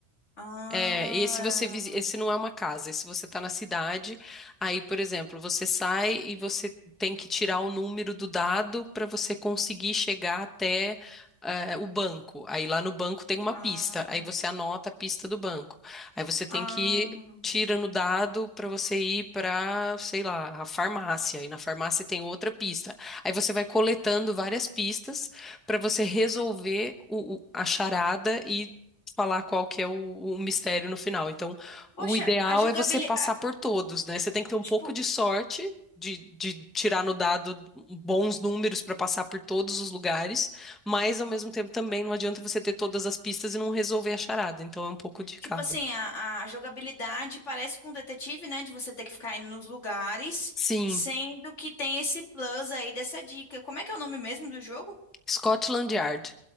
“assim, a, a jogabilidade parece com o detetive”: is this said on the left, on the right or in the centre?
Left